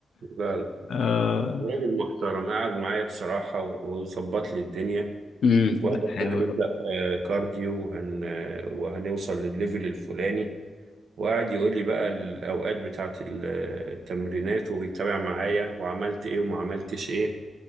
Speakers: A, on the right (about 75°); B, on the left (about 75°).
A: لا لا
B: آه.
A: راجل محترم قعد معايا بصراحة و- وظبط لي الدنيا
B: امم
A: وقال
B: لا حلو
A: احنا هنبدأ
B: قوي
A: آه، كارديو وهن آه، وهنوصل للليفل الفلاني وقعد يقول لي بقى الأوقات بتاعة ال- التمرينات وبيتابع معايا وعملت إيه وما عملتش إيه